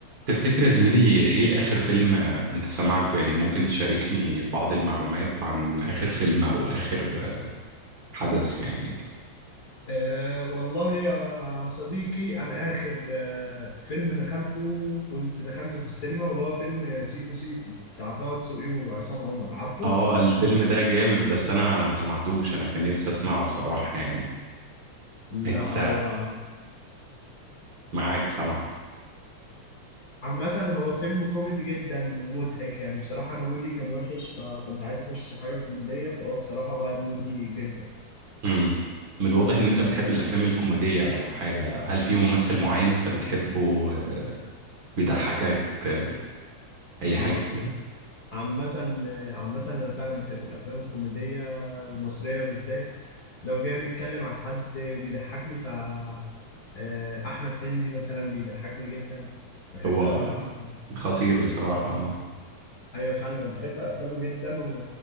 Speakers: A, on the right; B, on the left.
A: تفتكر يا زميلي ايه اخر فيلم انت سمعته يعني ممكن تشاركني بعض المعلومات عن اخر فيلم او اخر حدث يعني
B: أه والله يا صديقي أنا آخر أه فيلم دخلته كنت دخلته في السينما وهو فيلم سيكو سيكو بتاع طه دسوقي وعصام عمر عارفه؟
A: اه الفيلم ده جامد بس انا ما سمعتوش انا كان نفسي اسمعه بصراحة يعني
B: لا
A: انت
B: هو
A: معاك سمعك
B: عامة هو فيلم كوميدي جدا ومضحك يعني بصراحة أنا مودي كان وحش فكنت عايز أخش حاجة كوميدية فهو بصراحة غير مودي جدا
A: امم من الواضح ان انت بتحب الافلام الكوميدية او حاجة هل في ممثل معين انت بتحبه آه، بيضحكك آه، اي
B: اه
A: حاجة كده
B: عامة عامة أنا فعلا بحب الأفلام الكوميدية المصرية بالذات لو جينا نتكلم عن حد بيضحكني ف آه، أحمد حلمي مثلا بيضحكني جدا بحب
A: هو
B: أفلامه
A: خطير بصراحة
B: آه، أيوة فعلا أنا بحب أفلامه جدا و-